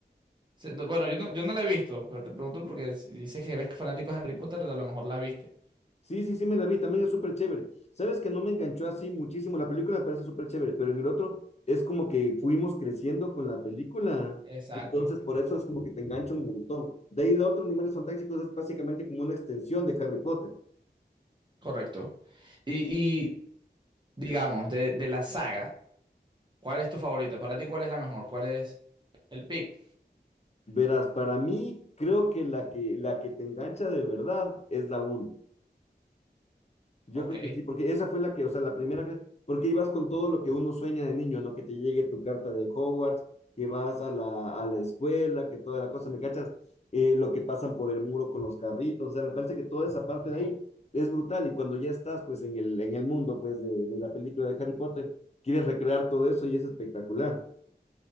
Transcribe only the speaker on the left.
Sí, sí, sí, me la vi, también es súper chévere. Sabes que no me enganchó así muchísimo, la película me parece súper chévere, pero en el otro es como que fuimos creciendo con la película,
entonces por eso es como que te engancha un montón. De ahí el otro, Animales Fantásticos, es básicamente como una extensión de Harry Potter.
Verás, para mí creo que la que, la que te engancha de verdad es la uno Yo
creo que sí, porque esa fue la que, o sea, la primera, que- porque ibas con todo lo que uno sueña de niño, ¿no? Que te llegue tu carta de Hogwarts, que vas a la, a la escuela, que toda la cosa, ¿me cachas? Eh, lo que pasan por el muro con los carritos, o sea, me parece que toda esa parte
de ahí es brutal y cuando ya estás, pues, en el, en el mundo, pues, de, de la película de Harry Potter, quieres recrear todo eso y es espectacular.